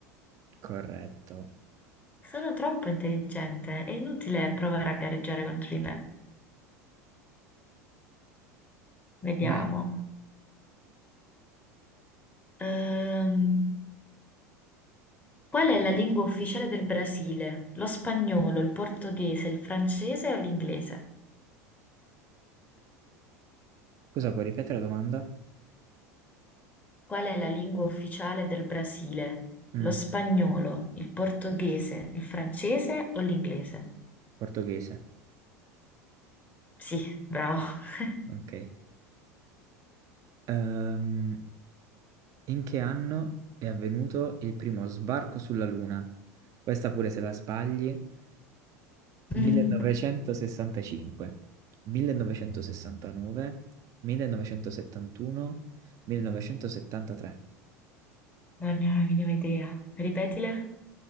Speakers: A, on the right; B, on the left.
A: Corretto.
B: Sono troppo intelligente, è inutile provare a gareggiare contro di me. Vediamo.
A: Vai,
B: Ehm, qual è la lingua ufficiale del Brasile? Lo spagnolo, il portoghese, il francese o l'inglese?
A: scusa, puoi ripetere la domanda?
B: Qual è la lingua ufficiale del Brasile?
A: Mm,
B: Lo spagnolo, il portoghese, il francese o l'inglese?
A: portoghese,
B: Sì, bravo.
A: ok.
B: <laughs>
A: Ehm, In che anno è avvenuto il primo sbarco sulla Luna? Questa pure se la sbagli. 1965,
B: Mm,
A: 1969, 1971, 1973,
B: Non ne ho la minima idea. Ripetile?